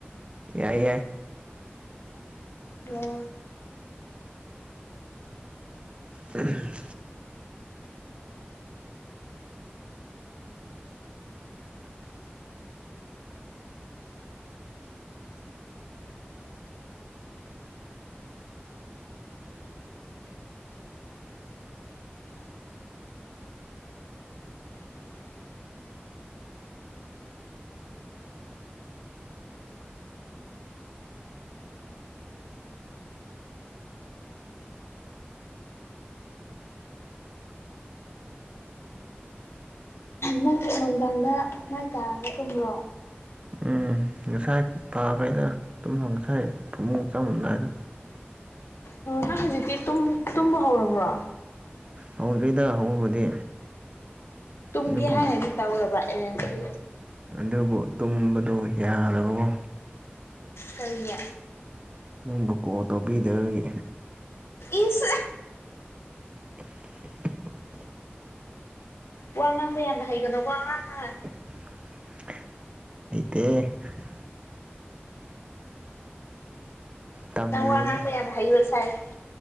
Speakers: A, on the right; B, on the left.
A: ꯌꯥꯏ ꯌꯥꯏ
B: ꯑꯣ
A: ꯎꯝ
B: ꯅꯪꯁꯨ ꯅꯨꯡꯗꯥꯡꯗ ꯃꯥꯏ ꯇꯥꯔꯒ ꯇꯨꯝꯕ꯭ꯔꯣ
A: ꯎꯝ ꯉꯁꯥꯏ ꯇꯥꯕꯩꯗ ꯇꯨꯝꯅ ꯉꯁꯥꯏ ꯐꯃꯨꯡ ꯆꯪꯉꯝꯗꯥꯏꯗ
B: ꯑꯣ ꯅꯪ ꯍꯧꯖꯤꯛꯇꯤ ꯇꯨꯝ ꯇꯨꯝꯕ ꯍꯧꯔꯕ꯭ꯔꯣ
A: ꯍꯧꯗ‌ꯦꯗ ꯍꯧꯕꯕꯨꯗꯤ
B: ꯇꯨꯝꯒꯦ
A: ꯑꯗꯨꯝꯐꯝ
B: ꯍꯥꯏꯅꯒꯤ ꯇꯧꯔꯕ ꯑꯦꯔꯦꯟꯖꯀꯤ
A: ꯑꯗꯨꯕꯨ ꯇꯨꯝꯕꯗꯨ ꯌꯥꯗꯕꯕꯨ
B: ꯀꯔꯤꯒꯤ
A: ꯅꯪꯕꯨ ꯀꯣꯜ ꯇꯧꯕꯤꯗꯕꯒꯤ
B: ꯏꯁ
A: <unintelligible>
B: ꯋꯥ ꯉꯥꯡꯕ ꯌꯥꯝꯅ ꯍꯩꯒꯅꯨꯀ‌ꯣ ꯑꯉꯥꯡꯅ
A: ꯍꯩꯇ‌ꯦꯍ‌ꯦ ꯇꯝꯂꯤꯕꯅꯤ
B: ꯅꯪ ꯋꯥ ꯉꯥꯡꯕ ꯌꯥꯝꯅ ꯍꯩꯕ ꯁꯥꯏ